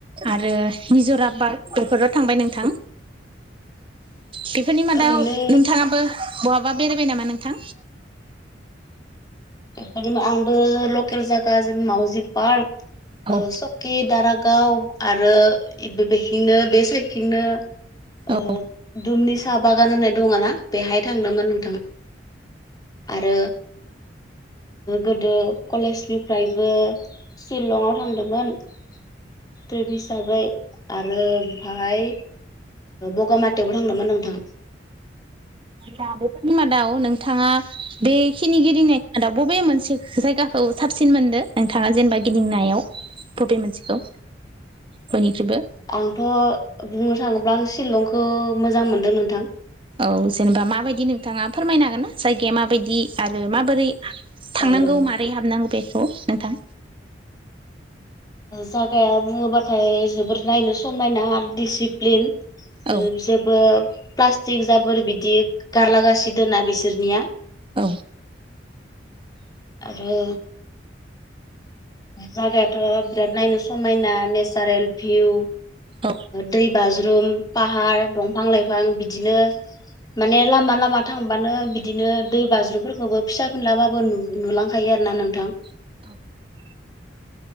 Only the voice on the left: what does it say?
ओरैनो
बेफोर आंबो लकेल जायगा ज मावउजि पार्क
सकि दारागाव आरो बेखनो बे साइदथिंनो
दुमनि साहा बागान होननाय दङ ना बेहाय थांदोंमोन नोंथाङा आरो गोदो कलेजनिफ्रायबो सिलंङाव थांदोंमोन थ्रिब हिसाबै आरो ओमफाय बगामाथियावबो थांदोंमोन नोंथां
आंथ बुंनो थाङोब्ला आं सिलंखौ मोजां मोनदों नोंथां
औ औ
जागाया बुङोबाथाय जोबोर नायनो समायना आरो दिसिप्लिन
जेबो प्लास्टिक जाबोर बिदि गारलागासि दोना बिसोरनिया
आरो जागायाथ बिराद नायनो समायना नेसारेल भिउ
दै बाज्रुम फाहार दंफां लाइफां बिदिनो माने लामा लामा थांबानो बिदिनो दै बाज्रुमफोरखौबो फिसा फिलाबाबो नुलांखायो आरो ना नोंथां